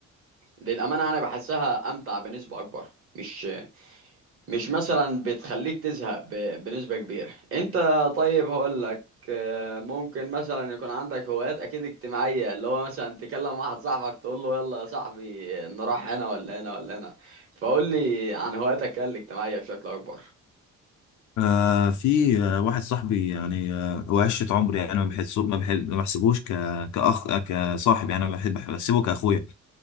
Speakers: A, on the right (about 45°); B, on the left (about 75°).
A: للأمانة أنا بحسها أمتع بنسبة أكبر مش مش مثلا بتخليك تزهق ب- بنسبة كبيرة أنت طيب هقول لك آه، ممكن مثلا يكون عندك هوايات أكيد اجتماعية اللي هو مثلا تكلم واحد صاحبك تقول له يلا يا صاحبي نروح هنا ولا هنا ولا هنا فقول لي عن هواياتك الاجتماعية بشكل أكبر
B: آه، في آه، واحد صاحبي يعني آه، هو عشرة عمري يعني انا ما بحسه ما بحب- ما بحسبوش ك... كاخ آه، كصاحب يعني أنا بحب بحسبه كاخويا